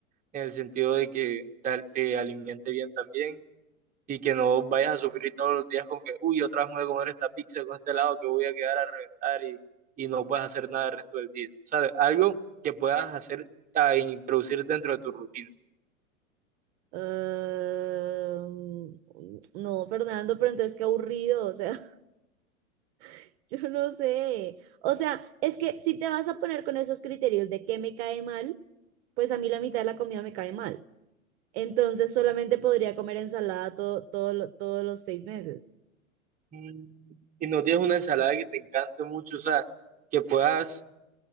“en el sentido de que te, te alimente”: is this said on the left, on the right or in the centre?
Right